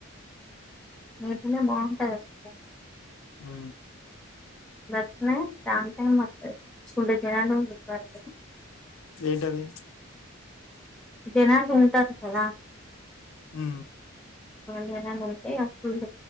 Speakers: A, in the centre; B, on the left.
A: నీట్ గా బాగుంటది అసలు
B: ఆ
A: దక్షణ దాంటె మ చూడు జనాలు ఉతారు
B: ఏంటది
A: జనాలు ఉంటారు కదా
B: హ్
A: జనాలుంటే ఇగ ఫుల్